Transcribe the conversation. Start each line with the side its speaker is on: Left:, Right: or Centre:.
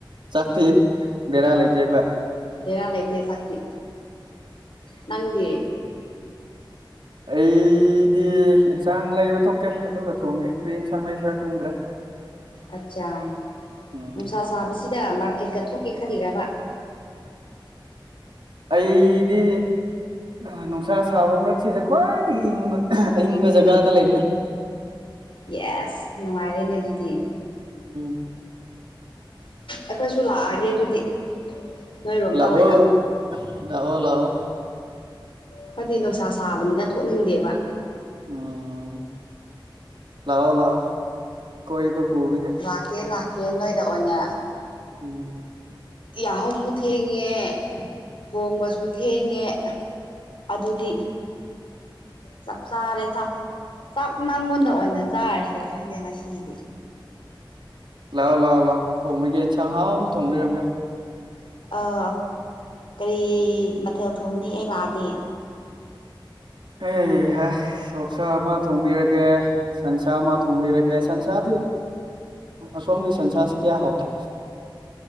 Right: ꯆꯥꯛꯇꯤ ꯕꯦꯔꯥ ꯂꯩꯇꯦꯕ
Left: ꯕꯦꯔ ꯂꯩꯇꯦ ꯆꯥꯛꯇꯤ ꯅꯪꯗꯤ
Right: ꯑꯩꯗꯤ ꯑꯦꯟꯁꯥꯡ ꯂꯩꯕ ꯊꯣꯛꯀꯦ ꯑꯗꯨꯒ ꯊꯣꯡꯒꯦ ꯀ꯭ꯔꯤ ꯑꯦꯟꯁꯥꯡ ꯂꯩꯁꯤꯔ ꯈꯪꯗ꯭ꯔꯦ
Left: ꯑꯆꯥ
Right: ꯎꯝ
Left: ꯅꯨꯡꯁꯥ ꯁꯕꯁꯤ ꯗ ꯃꯥꯔꯀꯦꯠꯀ ꯊꯣꯛꯀꯦ ꯈꯜꯂꯤꯔꯕ
Right: ꯑꯩꯗꯤ ꯑ ꯅꯨꯡꯁꯥ ꯁꯥꯕ ꯃꯔꯛꯁꯤꯗ ꯈ꯭ꯋꯥꯏꯗꯒꯤ ꯏꯪꯕ ꯑꯏꯪꯕ ꯖꯒꯥꯗ ꯂꯩꯕꯅꯦ
Left: ꯌꯦꯁ ꯅꯨꯡꯉꯥꯏꯔꯦꯅꯦ ꯑꯗꯨꯗꯤ
Right: ꯎꯝ
Left: ꯑꯩꯈꯣꯏꯁꯨ ꯂꯥꯛꯑꯅꯤ ꯑꯗꯨꯗꯤ <unintelligible>
Right: ꯂꯥꯛꯑꯣ
Left: ꯑꯣꯏꯅ
Right: ꯂꯥꯛꯑꯣ ꯂꯥꯛꯑꯣ
Left: ꯑꯈꯣꯏꯗꯤ ꯅꯨꯡꯁꯥ ꯁꯥꯕꯅꯤꯅ ꯊꯣꯛꯅꯤꯡꯗꯦꯕ
Right: ꯎꯝ ꯂꯥꯛꯑꯣ ꯂꯥꯛꯑꯣ ꯀꯣꯏꯕ ꯄꯨꯕꯤꯒꯦ
Left: ꯂꯥꯛꯀꯦ ꯂꯥꯛꯀꯦ ꯅꯣꯏꯗ ꯑꯣꯏꯅ
Right: ꯎꯝ
Left: ꯌꯥꯍꯧꯁꯨ ꯊꯦꯡꯉꯦ ꯊꯣꯡꯕꯁꯨ ꯊꯦꯡꯉꯦ ꯑꯗꯨꯗꯤ ꯆꯞ ꯆꯥꯔꯦ ꯆꯥꯛ ꯆꯥꯛ ꯅꯪꯉꯣꯟꯗ ꯑꯣꯏꯅ ꯆꯥꯔꯁꯤꯔ ꯈꯪꯗꯦ ꯉꯁꯤꯗꯤ
Right: ꯂꯥꯛꯑꯣ ꯂꯥꯛꯑꯣ ꯂꯥꯛꯑꯣ ꯊꯣꯡꯕꯤꯒꯦ ꯏꯟꯁꯥꯡ ꯍꯥꯎꯅ ꯊꯣꯡꯕꯤꯔꯝꯒꯦ
Left: ꯑꯥ ꯀꯔꯤ ꯃꯊꯦꯜ ꯊꯣꯡꯅꯤ ꯑꯩ ꯂꯥꯛꯑꯗꯤ
Right: ꯍꯩ ꯍꯥ ꯑꯣꯛꯁꯥ ꯑꯃ ꯊꯣꯡꯕꯤꯔꯒꯦ ꯁꯟꯁꯥ ꯑꯃ ꯊꯣꯡꯕꯤꯔꯒꯦ ꯁꯟꯁꯥꯗꯤ ꯑꯁꯣꯝꯒꯤ ꯁꯟꯁꯥꯁꯤ ꯀꯌꯥ ꯍꯥꯎꯇꯦ